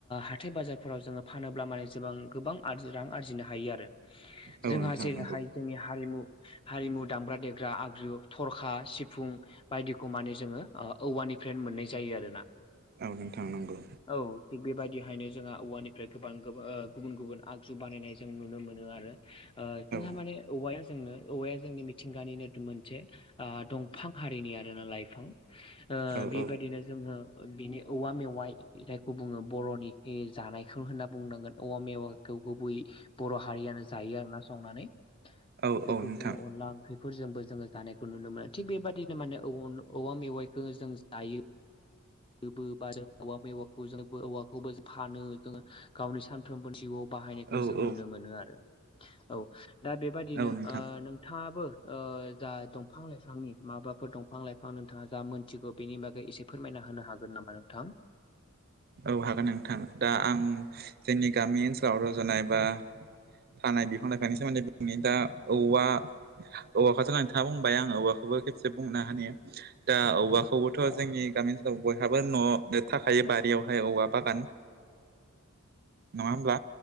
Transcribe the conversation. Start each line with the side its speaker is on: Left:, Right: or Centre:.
Left: हाथाय बाजारफोराव जोङो फानोब्ला माने जबां गोबां रां आरजिनो हायो आरो।
Right: औ
Left: जोंहा
Right: नोंथां
Left: जेरैहाय
Right: नंगौ
Left: जोंनि हारिमु हारिमु दामग्रा देग्रा आगजु थरखा सिफुं बायदिखौ माने जोङो औवानिफ्राय मोननाय जायो आरो ना।
Right: औ नोंथां नंगौ।
Left: औ थिग बेबायदिहायनो जोंहा औवानिफ्राय गोबां गोब ओ गुबुन गुबुन आगजु बानायनाय जों नुनो मोनो आरो। ओ जोंहा
Right: औ
Left: माने औवाया जोंनो औवाया जोंनि मिथिंगानिनो मोनसे आ दंफां हारिनि आरोना लाइफां ओ
Right: औ
Left: बेबायदिनो
Right: औ
Left: जोङो बिनि औवा मेवाइ जायखौ बुङो बर'नि जानायखौ होनना बुंनांगोन औवा मेवाखौ गुबैयै बर' हारियानो जायो आर ना संनानै
Right: औ
Left: बेखौ
Right: औ नोंथां
Left: जोङो अनला ओंख्रि फोरजोंबो जोङो जानायखौ नुनो मोनो थिग बेबदिनो माने औवा मेवाइखौ जों जायो बो। बा <unintelligible> औवाखौबो फानो जों गावनि सानफ्रोमबो जिउआव बाहायनायखौ
Right: औ
Left: जों
Right: औ
Left: नुनो मोनो आरो औ। दा बेबादिनो
Right: औ नोंथां
Left: ओ नोंथाङाबो जा दंफां लाइफांनि माबाफोर दंफां लाइफां नोंथाङा जा मोनथिगौ बेनि बागै एसे फोरमायना होनो हागोन नामा नोंथां।
Right: औ हागोन नोंथां। दा आं जोंनि गामि ओनसोलाव रज'नाय बा थानाय बिफां लाइ फानि सोमोन्दै बुंनि दा औवा औवाखौथ' नोंथाङा बुंबाय आं औवाखौबो खेबसे बुंनो हायो दा औबवाखौबोथ'
Left: औ
Right: जोंनि गामिन ओ बयहाबो न' थाखायो बारियावहाय औवा बागान। नङा होमब्ला?